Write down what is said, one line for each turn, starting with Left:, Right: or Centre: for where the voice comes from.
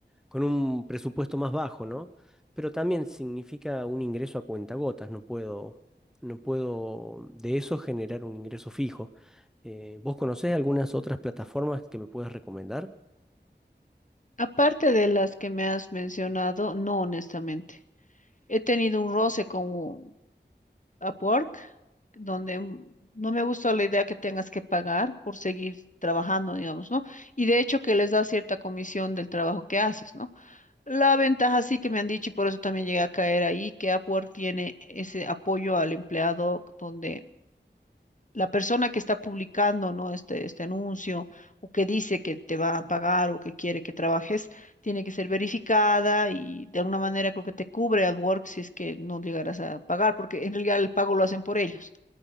Centre: con un presupuesto más bajo, ¿no? Pero también significa un ingreso a cuentagotas, no puedo, no puedo de eso generar un ingreso fijo. Eh, ¿vos conocés algunas otras plataformas que me puedas recomendar?
Left: Aparte de las que me has mencionado, no, honestamente. He tenido un roce con Upwork, donde mm, no me gustó la idea que tengas que pagar por seguir trabajando, digamos, ¿no? Y de hecho que les da cierta comisión del trabajo que haces, ¿no? La ventaja sí que me han dicho, y por eso también llegué a caer ahí, que Upwork tiene ese apoyo al empleado donde la persona que está publicando, ¿no? este, este anuncio o que dice que te va a pagar o que quiere que trabajes, tiene que ser verificada y de alguna manera creo que te cubre AdWords si es que no llegarás a pagar, porque en realidad el pago lo hacen por ellos.